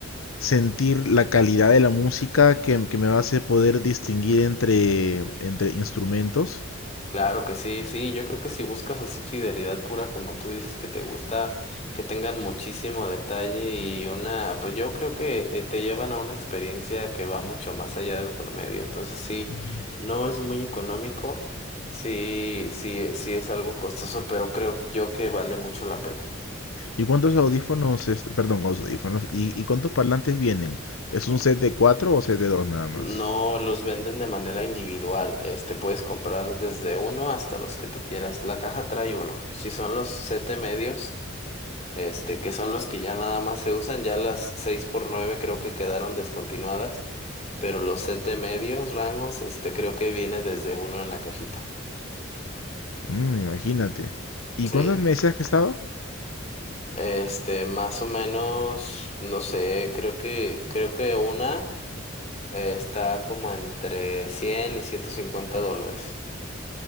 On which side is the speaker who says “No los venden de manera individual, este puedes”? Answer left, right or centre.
Left